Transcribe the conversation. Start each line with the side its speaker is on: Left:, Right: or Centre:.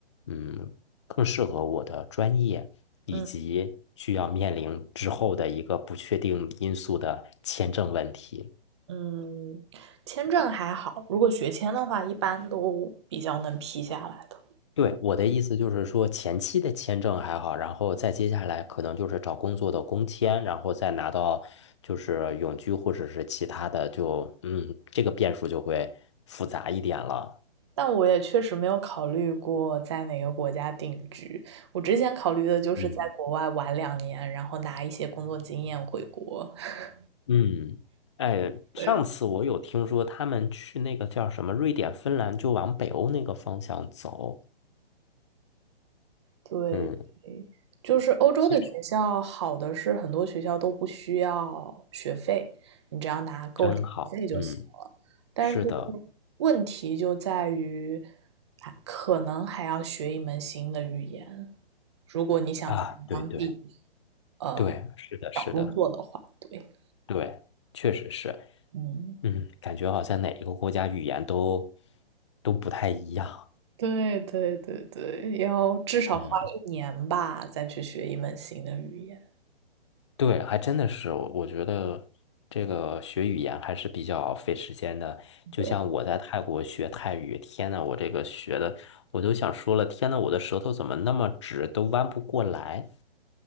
Left: 嗯，更适合我的专业。
Right: 嗯
Left: 以及需要面临之后的一个不确定因素的签证问题。
Right: 嗯，签证还好，如果学签的话，一般都比较能批下来的。
Left: 对，我的意思就是说，前期的签证还好，然后再接下来可能就是找工作的工签，然后再拿到就是永居或者是其他的就，嗯，这个变数就会复杂一点了。
Right: 但我也确实没有考虑过在哪个国家定居。我之前考虑的就是在国外玩两年，
Left: 嗯，
Right: 然后拿一些工作经验回国。<laughs>
Left: 嗯，哎，
Right: 对，
Left: 上次我有听说他们去那个叫什么瑞典、芬兰，就往北欧那个方向走。
Right: 对，
Left: 嗯，
Right: 就是欧洲的学校好的是很多学校都不需要学费，
Left: 其实
Right: 你只要拿够学费就行
Left: 真好。嗯，
Right: 但是
Left: 是的，
Right: 问题就在于，啊可能还要学一门新的语言，如果你想在当地
Left: 啊，对对
Right: 呃
Left: 对，是的，是的，
Right: 找工作的话，对，
Left: 对，确实是。
Right: 嗯。
Left: 嗯，感觉好像哪一个国家语言都都不太一样。
Right: 对对对对，要至少花一年吧，
Left: 嗯，
Right: 再去学一门新的语言。
Left: 对，还真的是，我觉得这个学语言还是比较费时间的。就像我在泰国学泰语，
Right: 对，
Left: 天呐，我这个学的，我都想说了，天呐，我的舌头怎么那么直，都弯不过来。